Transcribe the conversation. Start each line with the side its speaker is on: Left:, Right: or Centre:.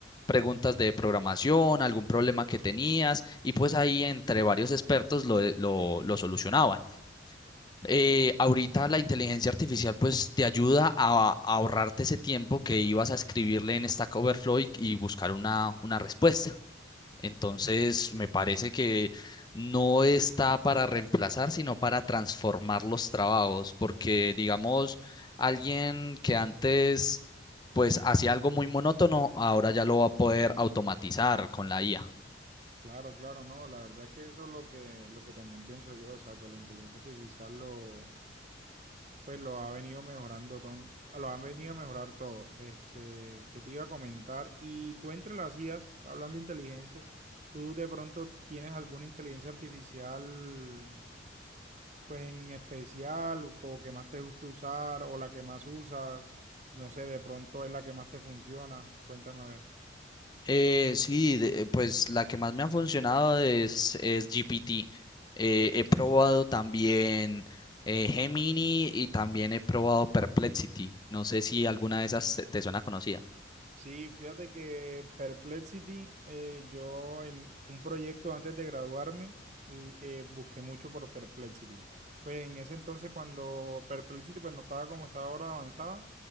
Left: preguntas de programación, algún problema que tenías, y pues ahí entre varios expertos lo, lo lo solucionaban eh,
Right: Ok,
Left: ahorita la inteligencia artificial pues te ayuda a, a ahorrarte ese tiempo que ibas a escribirle en Stack Overflow y, y buscar una, una respuesta. Entonces, me parece que no está para reemplazar, sino para transformar los trabajos, porque digamos, alguien que antes pues hacía algo muy monótono, ahora ya lo va a poder automatizar con la IA.
Right: claro, claro, no, la verdad es que eso es lo que, lo que también pienso yo, o sea, que la inteligencia artificial lo, pues lo ha venido mejorando, ton- lo han venido a mejorar todo. Este, que te iba a comentar, y tú entre las IAs, hablando de inteligencias, ¿tú de pronto tienes alguna inteligencia artificial, pues en especial, o como que más te gusta usar, o la que más usas? No sé, de pronto es la que más te funciona. Cuéntame a ver.
Left: Eh, sí, de- eh, pues la que más me ha funcionado es, es GPT. Eh, he probado también eh, Gemini y también he probado Perplexity. No sé si alguna de esas te te suena conocida.
Right: Sí, fíjate que Perplexity, eh, yo en un proyecto antes de graduarme, l- eh, busqué mucho por Perplexity. Pues en ese entonces cuando Perplexity pues no estaba como está ahora avanzada,